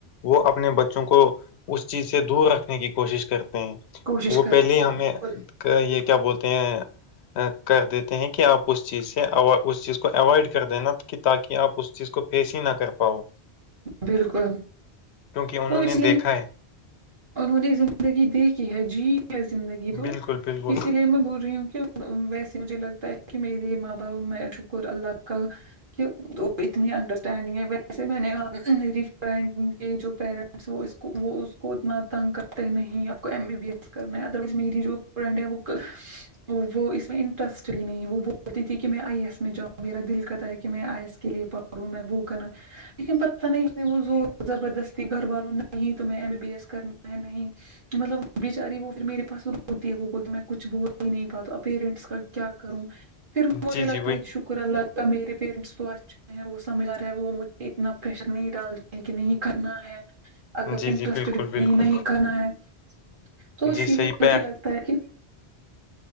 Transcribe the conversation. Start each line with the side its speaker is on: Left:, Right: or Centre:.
Left: وہ اپنے بچوں کو اس چیز سے دور رکھنے کی کوشش کرتے ہیں
Right: کوشش
Left: وہ
Right: کرتے
Left: پہلے ہمیں
Right: ہیں بالکل
Left: کا یہ کیا بولتے ہیں کر دیتے ہیں کہ آپ اس چیز سے اس چیز کو اوائڈ کر دینا کہ تاکی آپ اس چیز کو فیس ہی نہ کر پاؤ
Right: بالکل
Left: کیونکہ انہوں
Right: تو
Left: نے
Right: اس لیے
Left: دیکھا ہے
Right: انہوں نے زندگی دیکھی ہے جی ہے زندگی تو
Left: بالکل بالکل
Right: اسی لیے میں بول رہی ہوں کہ ویسے مجھے لگتا ہے کی میرے ماں باپ میں شکر اللہ کا وہ اتنی انڈرسٹینڈنگ ہے ویسے میں نے میری فرینڈ کے جو پیر وہ اس کو وہ اس کو نا تنگ کرتے نہیں آپ کو ایم بی بی ایس کرنا ہے ادر وائز میری جو فرینڈ ہے وہ ک وہ اس میں انٹرسٹ ہی نہیں وہ بولتی تھی کہ میں آئی ایس میں جاؤں میرا دل کرتا کہ میں آئی ایس کے لیے پڑھ <unintelligible> لیکن پتہ نہیں اس نے وہ زور زبردستی گھر والوں نہیں تمہیں ایم بی بی ایس کرنا ہے نہیں مطلب بچاری وہ پھر میرے پاس روتی ہے وہ بولتی میں کچھ بول ہی نہیں پاتا پیرنٹس کا کیا کروں پھر مجھے
Left: جی
Right: لگتا
Left: جی وہی
Right: ہے کہ شکر اللہ میرے پیرنٹس تو اچھ ہے وہ سمج رہے ہیں وہ مجھے اتنا پریشر نہیں ڈالتے ہیں کہ نہیں کرنا ہے اگر
Left: جی
Right: انٹرسٹیڈ
Left: جی بالکل
Right: بھی
Left: بالکل
Right: نہیں نہیں کرنا ہے تو اسی
Left: جی
Right: لیے
Left: صحیح پیر
Right: مجھے لگت تا کی